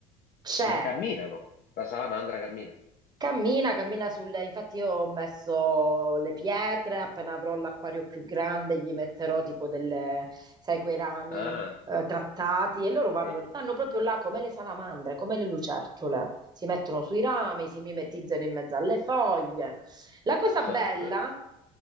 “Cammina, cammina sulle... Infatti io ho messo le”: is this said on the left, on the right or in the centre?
Right